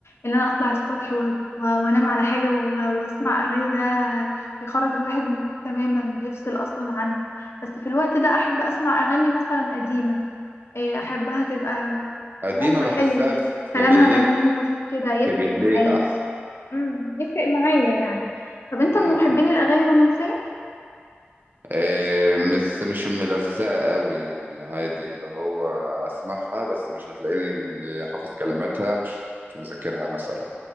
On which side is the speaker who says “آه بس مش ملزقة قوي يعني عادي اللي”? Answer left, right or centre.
Right